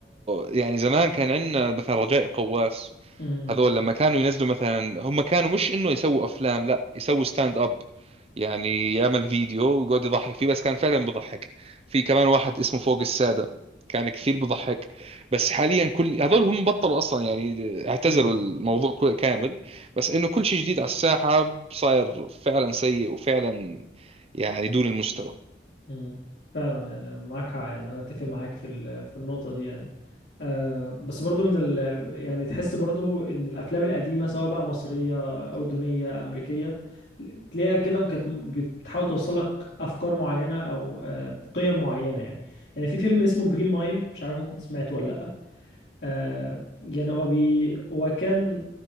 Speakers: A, on the right; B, on the left.
A: يعني زمان كان عندنا مثلا رجاء قواس
B: مم.
A: هذول لما كانوا ينزلوا مثلا هم كانوا مش إنه يسووا أفلام لا يسووا ستاند أب يعني يعمل فيديو ويقعد يضحك فيه بس كان فعلا بضحك في كمان واحد اسمه فوق السادة كان كثير بضحك بس حاليا كل هذول هم بطلوا اصلا يعني اعتزلوا
B: مم.
A: الموضوع كل... كامل بس انه كل شيء جديد على الساحة صاير فعلا سيء وفعلا يعني دون المستوى
B: مم. فعلا يعني معاك حق يعني انا اتفق معاك في ال- في النقطه دي يعني آه بس برضو من ال يعني تحس برضو ان الافلام القديمه سواء بقى مصريه اردنيه امريكيه تلاقيها كده كانت بتحاول توصل لك افكار معينه او آه قيم معينه يعني يعني في فيلم اسمه جرين مايل مش عارف ممكن سمعته ولا لا آه يعني هو بي هو كان